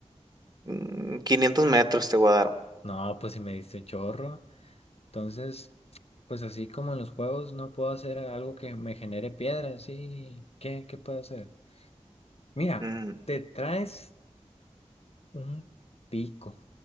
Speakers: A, on the right; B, on the left.
A: mm, 500 metros te voy a dar.
B: No, pues si me diste un chorro. Entonces, pues así como en los juegos, no puedo hacer algo que me genere piedras. ¿Sí? ¿Qué, qué puedo hacer? Mira,
A: Mm,
B: te traes un pico